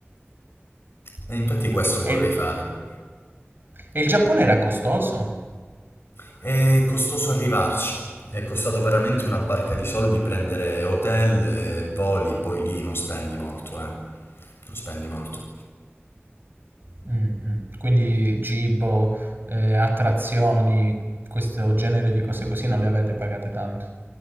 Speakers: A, on the left; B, on the right.
A: E infatti questo vorrei
B: E,
A: fare.
B: e il Giappone era costoso?
A: È costoso arrivarci. È costato veramente una barca di soldi prendere hotel e voli, poi lì non spendi molto, eh. Non spendi molto.
B: Mh-mh. Quindi cibo, ehm, attrazioni, questo genere di cose così non le avete pagate tanto.